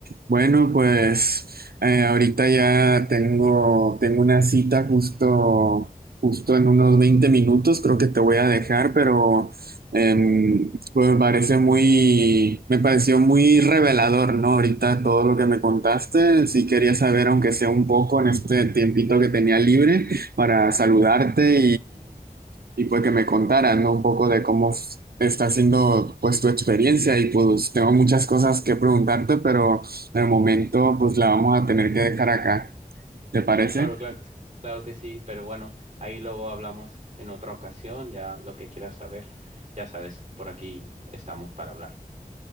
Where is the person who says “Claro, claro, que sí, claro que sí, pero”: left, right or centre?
Right